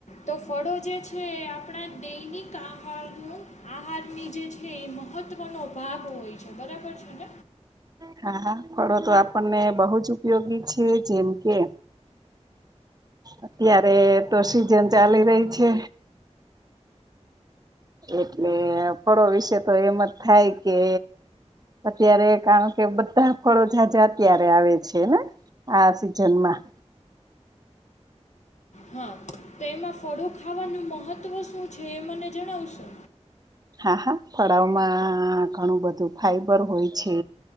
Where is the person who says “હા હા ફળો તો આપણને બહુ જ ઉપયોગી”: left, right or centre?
Right